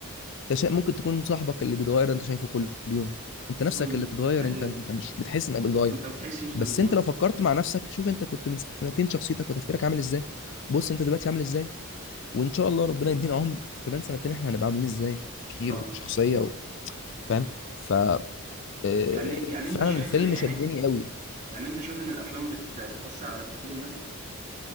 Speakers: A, on the left; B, on the right.
A: انت شا... ممكن تكون صاحبك اللي بيتغير انت شايفه كل يوم انت نفسك
B: امم
A: اللي بتتغير
B: طيب
A: انت انت مش بتحس انك بتتغير
B: انت ما بتحسش
A: بس
B: انه بيتغير
A: انت لو فكرت
B: ان
A: مع نفسك شوف انت كنت من سنتين شخصيتك وتفكيرك عامل ازاي بص انت دلوقتي عامل ازاي وان شاء الله ربنا يدينا عمر كمان سنتين احنا هنبقى عاملين ازاي في التفكير
B: شاء
A: وكشخصية
B: الله
A: و... فاهم ف آه،
B: يعني يعني
A: فعلا
B: انت شايف
A: الفيلم
B: يعني
A: شدني قوي
B: يعني انت شايف ان الافلام بت بتأثر على تفكير الناس